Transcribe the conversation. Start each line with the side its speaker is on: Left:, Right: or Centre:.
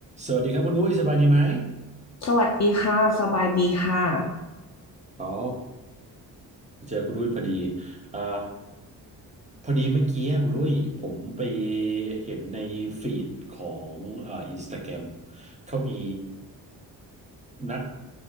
Right: สวัสดีครับคุณอุ้ยสบายดีไหม
Left: สวัสดีค่ะ สบายดีค่ะ
Right: อ๋อ เจอคุณอุ้ยพอดีอ่าพอดีเมื่อกี้คุณอุ้ยผมไปเห็นในฟีดของอ่าอินสตาแกรมเขามีนัก